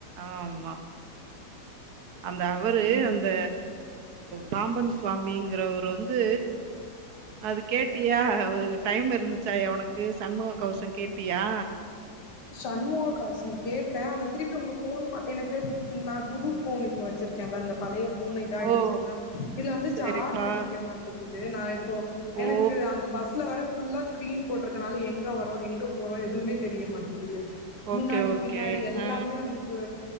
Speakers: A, on the right; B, on the left.
A: ஆமா அந்த அவரு
B: ம்
A: அந்த பாம்பன் சுவாமிங்கிறவர்ரு வந்து அது கேட்டியா டைம் இருந்துச்சாயா உனக்கு சண்முக கவசோ கேட்டியா
B: சண்முக கவசோ கேட்டே ஆனா திருப்பி உங்க ஃபோன் பண் எனக்கு நா புது ஃபோன் இப்போ வச்சிருக்கேளா அந்த பழைய ஃப் ஃபோன் இதாயிடுச்சுல
A: ஓ
B: இதுல வந்து
A: சரிப்பா
B: சார்ஜ் நிக்க மாட்டேக்குது நா இப்போ எனக்கு
A: ஓ
B: அந்த பஸ்ல வேற ஃபுல்லாஸ் ஸ்க்ரீன் போட்ருக்கனால எங்க வரோ எங்க போறோ எதுமே தெரிய மாட்டேகிது முன்னாடி
A: ஓகே ஓகே
B: பின்னாடி எல்லாமே
A: ஆ
B: நமக்கு